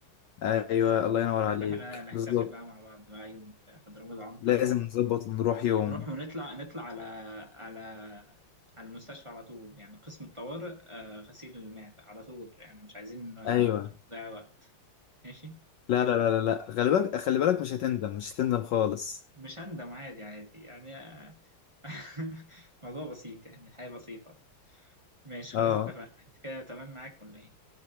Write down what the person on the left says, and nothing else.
ايوه
الله ينور عليك
بالظبط
لازم نظبط ونروح يوم
ايوه
لا لا لا لا لا خلي بالك خلي بالك مش هتندم مش هتندم خالص
اه
اه